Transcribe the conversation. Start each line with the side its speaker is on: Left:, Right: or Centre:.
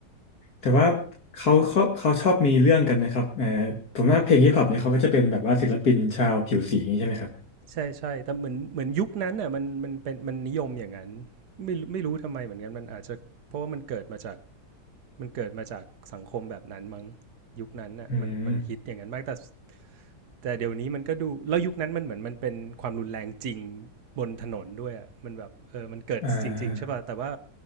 Left: แต่ว่าเขาเขาเขาชอบมีเรื่องกันไหมครับเออผมว่าเพลงฮิปฮอปเนี่ยเขาก็จะเป็นแบบว่าศิลปินชาวผิวสีอย่างนี้ใช่ไหมครับ
Right: ใช่ใช่ แต่เหมือนเหมือนยุคนั้นอ่ะมันมันเป็นมันนิยมอย่างนั้นไม่ไม่รู้ทำไมเหมือนกันมันอาจจะเพราะว่ามันเกิดมาจาก มันเกิดมาจากสังคมแบบนั้นมั้งยุคนั้นน่ะมันมันฮิตอย่างนั้นมากแต่
Left: อืม
Right: แต่เดี๋ยวนี้มันก็ดูแล้วยุคนั้นมันเหมือนมันเป็นความรุนแรงจริงบนถนนด้วยอ่ะมันแบบเออมันเกิดจริงๆใช่ป่ะแต่ว่า
Left: อ่า